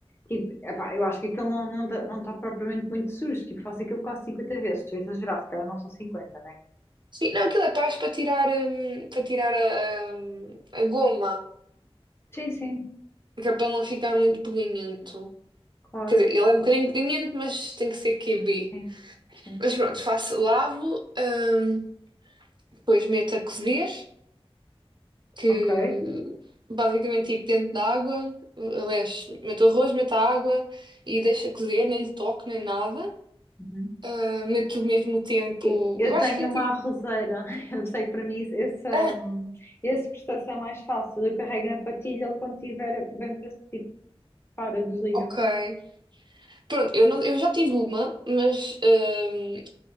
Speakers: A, on the left; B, on the right.
A: Tipo, epá, eu acho que aquilo não não está não tá propriamente muito sujo, tipo, faço aquilo quase cinquenta vezes, estou a exagerar, se calhar não são cinquenta né?
B: Sim, não, aquilo é paz para tirar, hum, para tirar a, a, a goma,
A: Sim, sim,
B: que é para não ficar muito peganhento.
A: claro,
B: Quer dizer, ele é um bocadinho peganhento, mas tem que ser QB.
A: sim, sim,
B: Mas pronto, faço, lavo, hum, depois meto a cozer. que
A: ok.
B: basicamente tipo dentro da água, aliás, meto o arroz, meto a água e deixa cozer, nem lhe toco nem nada.
A: Uhum.
B: Ah, meto mesmo o tempo,
A: Eu eu
B: eu acho
A: tenho
B: que é tipo,
A: uma arrozeira, <laughs> eu sei que para mim isso- essa,
B: ah,
A: hum, esse processo é mais fácil. Eu carrego na patilha, ele quando tiver, vem para tipo, para, desliga.
B: ok. Pronto, eu, não, eu já tive uma, mas ah,